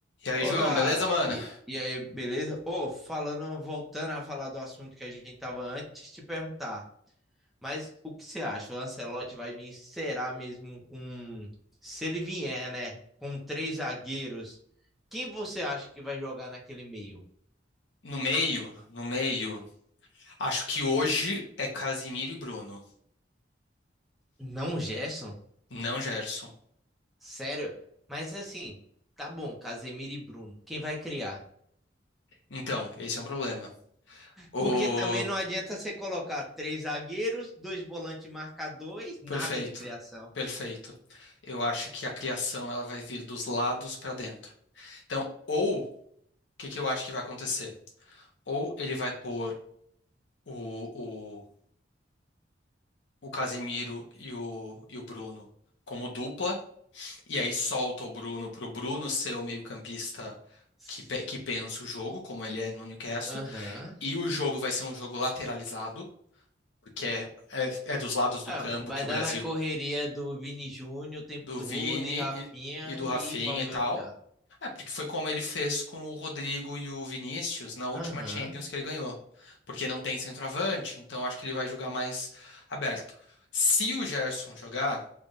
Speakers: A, on the left (about 75°); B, in the centre.
A: E aí,
B: Ô,
A: João,
B: Gá,
A: beleza, mano?
B: e, e aí, beleza? Ô, falando, voltando a falar do assunto que a gente tava antes, te perguntar, mas o que você acha? O Ancelotti vai vir, será mesmo com, se ele vier, né, com três zagueiros, quem você acha que vai jogar naquele meio?
A: No meio, no meio. Acho que hoje é Casimiro e Bruno,
B: Não o Gerson?
A: não Gerson.
B: Sério? Mas assim, tá bom, Casemiro e Bruno, quem vai criar?
A: Então, esse é um problema. O
B: Porque também não adianta você colocar três zagueiros, dois volantes marcadores, nada
A: perfeito,
B: de criação.
A: perfeito. Eu acho que a criação ela vai vir dos lados pra dentro. Então, ou o que que eu acho que vai acontecer? Ou ele vai pôr o, o, o Casimiro e o, e o Bruno como dupla E aí solta o Bruno pro Bruno ser o meio-campista
B: Ah,
A: que, pe- que pensa o jogo, como ele é no Newcastle.
B: Aham.
A: E o jogo vai ser um jogo lateralizado, porque é, é, é dos lados do
B: Ah,
A: campo
B: vai
A: que
B: dar
A: o Brasil
B: na correria do Vini Júnior o tempo
A: do
B: todo
A: Vini
B: e Rafinha
A: e, e do Rafinha
B: e vamos
A: e tal.
B: ver o que dá.
A: É, porque foi como ele fez com o Rodrigo e o Vinícius na última
B: Aham.
A: Champions que ele ganhou. Porque não tem centroavante, então acho que ele vai jogar mais aberto. Se o Gerson jogar.